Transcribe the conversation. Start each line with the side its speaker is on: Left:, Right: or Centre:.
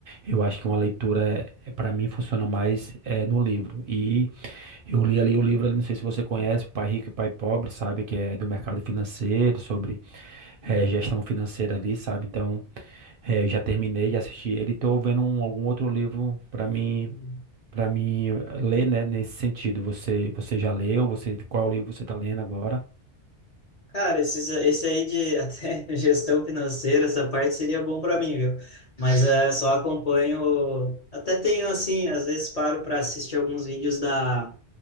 Right: Eu acho que uma leitura, para mim, funciona mais é, no livro. E eu li ali o livro, ali, não sei se você conhece, o Pai Rico e Pai Pobre, sabe? Que é do mercado financeiro, sobre é,
Left: uhum,
Right: gestão financeira ali, sabe? Então, é, eu já terminei de assistir ele. Estou vendo um- algum outro livro para mim.
Left: uhum.
Right: Para mim ler, né, nesse sentido. Você, você já leu? Você, qual livro você está lendo agora?
Left: Cara, esses, esse aí de <laughs> até gestão financeira, essa parte seria bom para mim, viu? Mas é, só acompanho, até tenho assim, às vezes paro para assistir alguns vídeos da